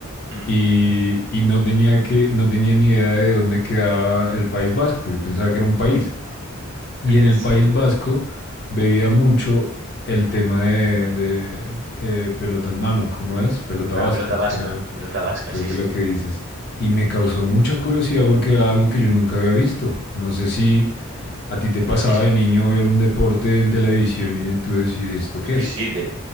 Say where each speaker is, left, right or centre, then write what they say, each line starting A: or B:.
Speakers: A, on the right (about 55°); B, on the left (about 50°).
A: Mm.
B: y, y no tenía que, no tenía ni idea de dónde quedaba el País Vasco. Yo pensaba que era un país. Y
A: <laughs>
B: en el
A: Sí,
B: País
A: ostras.
B: Vasco veía mucho el tema de, de, eh, pelota en mano, ¿cómo es? Pelota vasca,
A: Una pelota vasca,
B: creo,
A: pelota vasca,
B: creo
A: sí,
B: que es
A: sí,
B: lo que
A: sí.
B: dices. Y me causó
A: Mm,
B: mucha curiosidad porque era algo que yo nunca había visto. No sé si
A: mm.
B: a ti te pasaba
A: No, es-
B: de niño ver un deporte en televisión y tú decís, ¿esto qué
A: sí,
B: es?
A: sí, de,